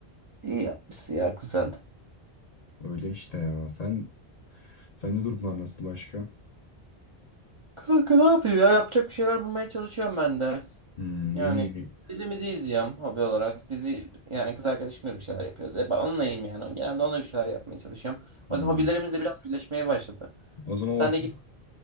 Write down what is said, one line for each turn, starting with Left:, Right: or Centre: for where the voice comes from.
Right: İyi yapmışsın ya güzeldi.
Left: Öyle işte ya. Sen sende durumlar nasıl başka?
Right: Kanka ne yapayım ya? Yapacak bir şeyler bulmaya çalışıyorum ben de.
Left: Hmm,
Right: Yani
Left: yeni yeni.
Right: dizimizi izliyorum hobi olarak. Dizi yani kız arkadaşımla bir şeyler yapıyoruz. Hep onunlayım yani. Genelde onunla bir şeyler yapmaya çalışıyorum.
Left: Hmm.
Right: O yüzden hobilerimiz de biraz birleşmeye başladı.
Left: O zaman
Right: Sen
Left: ortak,
Right: de git